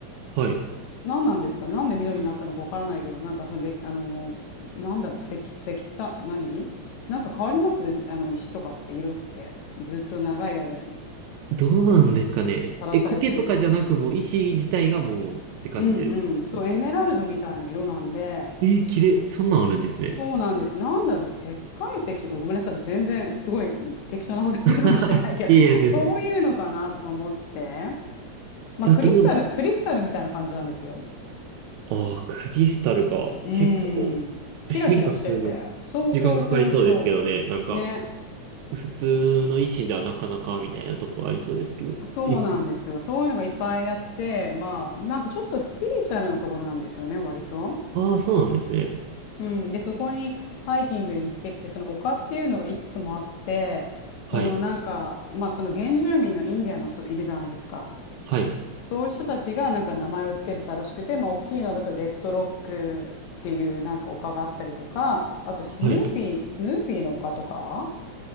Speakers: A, on the right; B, on the left.
A: はい。
B: 何なんですかね、なんで緑になったのかわからないけど、なんかそのれ、あの、なんだろう、石、石炭、何なんか変わりますあの、石とかって色って、ずっと長い間に
A: どうなんですかね。
B: さ、さらされてると。
A: え、苔とかじゃなく、もう石自体がもうって感じですよね。
B: うんうん、そう、エメラルドみたいな色なんで、
A: えー、綺麗。そんなんあるんですね。
B: そうなんです。なんだろう、石灰石とか、ごめんなさい、私全然すごいうん適当なこと言ってるかもしれないけど、
A: <laughs> いやいや、
B: <laughs>
A: 全然。
B: そういうのかなとか思って、まあ、
A: いや、
B: クリスタル、
A: どう、
B: クリスタルみたいな感じなんですよ。
A: ああ、クリスタルか。
B: うん。
A: 結構
B: キラキラしてて。
A: 変化するの
B: そうそうそうそう。
A: 時間かかりそうですけどね。なんか、
B: ね。
A: 普通の石じゃなかなかみたいなとこありそうですけど。
B: そうなんですよ。
A: え、
B: そういうのがいっぱいあって、まあ、なんかちょっとスピリチュアルなところなんですよね、割と。
A: ああ、そうなんですね。
B: うん。で、そこにハイキングに行ってきて、その丘っていうのがいくつもあって、そのなんか、
A: はい。
B: まあ、その原住民のインディアンの人いるじゃないですか。
A: はい。
B: そういう人たちがなんか名前をつけてたらしくて、まあ、大きいのだとレッドロックっていうなんか丘があったりとか、あとスヌーピー、
A: はい。
B: スヌーピーの丘とか